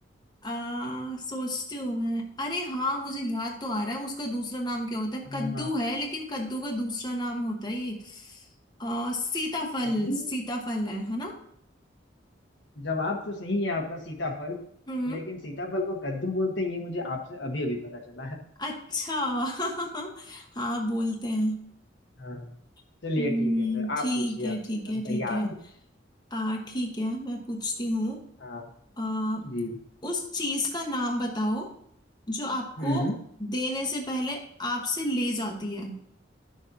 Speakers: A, on the left (about 20°); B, on the left (about 75°).
A: आ, सोचती हूँ मैं अरे हाँ मुझे याद तो आ रहा है उसका दूसरा नाम क्या होता है
B: हाँ
A: कद्दू है लेकिन कद्दू का दूसरा नाम होता है ये आ, सीताफल
B: कद्दू
A: सीताफल है है ना
B: जवाब तो सही है आपका सीताफल
A: हम्म
B: लेकिन सीताफल को कद्दू बोलते हैं ये मुझे आपसे अभी अभी पता चला है
A: अच्छा <laughs> हाँ बोलते हैं
B: हाँ
A: हम्म
B: चलिए ठीक है फिर
A: ठीक
B: आप पूछिए
A: है
B: हमसे
A: ठीक
B: हम
A: है ठीक
B: तैयार
A: है
B: हैं
A: आ ठीक है मैं पूछती हूँ
B: हाँ
A: आ
B: जी
A: उस चीज का नाम बताओ जो आपको
B: हम्म
A: देने से पहले आपसे ले जाती है